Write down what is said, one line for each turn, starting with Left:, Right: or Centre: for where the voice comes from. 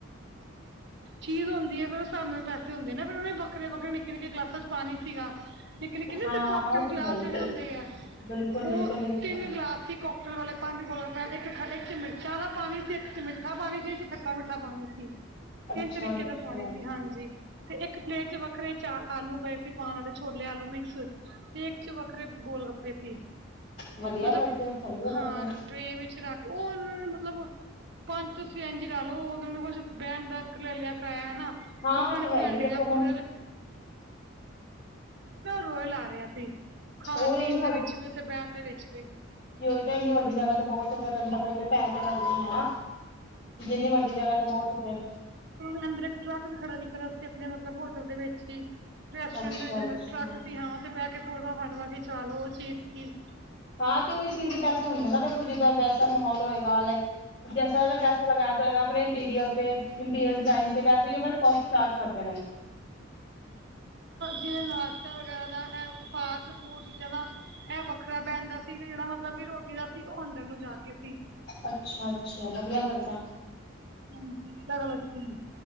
Right: ਚੀਜ਼ ਹੁੰਦੀ ਹੈ ਫਿਰ ਉਹ ਸਾਹਣੇ ਪੈਸੇ ਹੁੰਦੇ ਨਾ ਫੇਰ ਉਹਨੇ ਵੱਖਰੇ ਵੱਖਰੇ ਨਿੱਕੇ ਨਿੱਕੇ ਗਲਾਸਾਂ ਚ ਪਾਣੀ ਸੀਗਾ। ਨਿੱਕੇ ਨਿੱਕੇ ਨ ਹੁੰਦੇ
Left: ਹਾਂ
Right: ਕਰੋਕਰੀ
Left: ਉਹ ਤੇ
Right: ਗਿਲਾਸ
Left: ਹੈ ਹੀ
Right: ਜਿਹੜੇ
Left: ਹੈ
Right: ਹੁੰਦੇ ਆ
Left: ਬਿਲਕੁਲ
Right: ਉਹ
Left: ਬਿਲਕੁਲ ਵੇਖਿਆ
Right: ਤਿੰਨ ਗਿਲਾਸ ਸੀ ਕਰੋਕਰੀ ਵਾਲੇ ਪੰਜ ਗੋਲ ਗਪੇ ਇੱਕ ਇੱਕ ਚ ਮਿਰਚਾਂ ਵਾਲਾ ਪਾਣੀ ਸੀ ਇੱਕ ਚ ਮਿੱਠਾ ਪਾਣੀ ਸੀ ਇੱਕ ਖੱਟਾ ਮਿੱਠਾ ਪਾਣੀ ਸੀ।
Left: ਅੱਛਾ
Right: ਤਿੰਨ ਤਰੀਕੇ
Left: ਅੱਛਾ
Right: ਦਾ ਪਾਣੀ ਸੀ ਹਾਂਜੀ ਤੇ ਇੱਕ ਪਲੇਟ ਚ ਵੱਖਰੇ ਚਾ ਆਲੂ ਪਏ ਸੀ ਪਾਉਣ ਵਾਲੇ ਛੋਲੇ ਆਲੂ ਮਿਕਸ ਤੇਕ ਚ ਵੱਖਰੇ ਗੋਲ ਗੱਪੇ ਸੀ
Left: ਵਧੀਆ
Right: ਮਤਲਬ
Left: ਫਿਰ ਤੇ ਸਹੀ ਹੈ ਫਿਰ
Right: ਹਾਂ
Left: ਤੇ
Right: ਟਰੇਨ ਵਿੱਚ ਰੱਖ ਉਹ ਉਹਨਾਂ ਨੇ ਮਤਲਬ ਪੰਜ ਤੁਸੀਂ ਇਝ ਲਾ ਲਓ ਉਹਨਾਂ ਕੁਛੱ ਬਹਨ ਦਾ ਲੈ ਲਿਆ ਕਰਾਇਆ ਹਨਾ <inaudible>
Left: ਹਾਂ
Right: ਮੈਂ
Left: ਉਹ ਤੇ ਹੈ ਹੀ ਦੇਖੋ
Right: ਉਹ
Left: ਹੁਣ
Right: ਰੋਏ ਲਾ ਰਿਹਾ ਸੀ ਖਾਣ
Left: ਉਹ ਇੰਨੀ
Right: ਪੀਣ ਦੇ ਵਿੱਚ ਵੀ ਉੱਥੇ ਬਹਿਣ ਦੇ ਵਿੱਚ ਵੀ
Left: ਈ ਤਾਂ ਹੀ ਨੀ ਵੱਡੀ ਜਗ੍ਹਾ ਬਹੁਤ ਫਿਰ ਪਤਾਏ ਪੈਸੇ ਤੇ ਲੱਗਣੇ ਹੀ ਹੈਾ ਜਿੰਨੀ ਵੱਡੀ ਜਗ੍ਹਾ ਤੇ ਬਹੁਤ ਫੇਿਰ
Right: ਉਹਨੇ ਅੰਦਰ ਇੱਕ ਟਰੱਕ ਵੀ ਖੜਾ ਕੀਤਾ ਆਪਣੇ ਮਤਲਬ ਹੋਟਲ ਦੇ ਵਿੱਚ ਹੀ ਰੈਸਟੋਰੈਂਟ
Left: ਅੱਛਾ
Right: ਦੇ
Left: ਅੱਛਾ
Right: ਅੰਦਰ ਟਰੱਕ ਸੀ ਹਾਂ ਉੱਥੇ ਬਹਿ ਕੇ ਫੋਟੋ ਫਾਟਵਾ ਚਲ ਉਹ ਚੀਜ਼ ਕੀ
Left: ਹਾਂ ਤੇ ਉਹੀ ਚੀਜ਼ ਦੇ ਪੈਸੇ ਹੁੰਦੇ ਨਾ ਵੇਖੋ ਜਿੱਦਾਂ ਵੈਸਾ ਮਾਹੌਲ ਹੋਏਗਾ ਲਾਈਕ ਜੈਸਾ ਉਹਦਾ ਪੈਸਾ ਲਗਾਇਆ ਆਪਣੇ ਇੰਟੀਰੀਅਲ ਤੇ ਇੰਟੀਰੀਅਰ ਡਿਜ਼ਾਇਨ ਤੇ ਵੈਸੇ ਹੀ ਉਹ ਫਿਰ ਕੋਸਟ ਚਾਰਜ ਕਰਦੇ ਨੇ
Right: ਜਿਵੇਂ ਨਾਸ਼ਤਾ ਵਗੈਰਾ ਦਾ ਫਾਸਟ ਫੂਡ ਦਾ ਇਹ ਵੱਖਰਾ ਬਹਿਣ ਦਾ ਸੀ ਤੇ ਜਿਹੜਾ ਮਤਲਬ ਕਿ ਰੋਟੀ ਦਾ ਸੀ ਉਹ ਅੰਦਰ ਨੂੰ ਜਾ ਕੇ ਸੀ
Left: ਅੱਛਾ ਅੱਛਾ ਵਧੀਆ ਫੇਰ ਤਾਂ
Right: ਹਾਂਜੀ ਅਲਗ ਅਲੱਗ ਸੀ